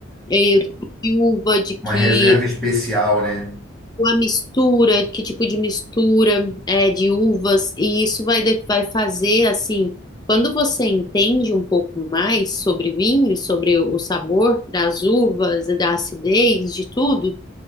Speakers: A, on the left (about 20°); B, in the centre.
A: Eu tô de uva, de que
B: uma reserva especial, né?
A: a mistura, que tipo de mistura é de uvas, e isso vai, de- vai fazer assim, quando você entende um pouco mais sobre vinho e sobre o sabor das uvas e da acidez, de tudo.